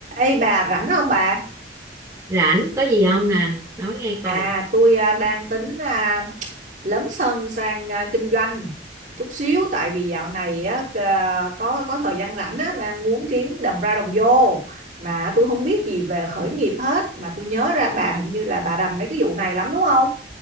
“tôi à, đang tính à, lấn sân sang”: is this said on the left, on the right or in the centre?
Right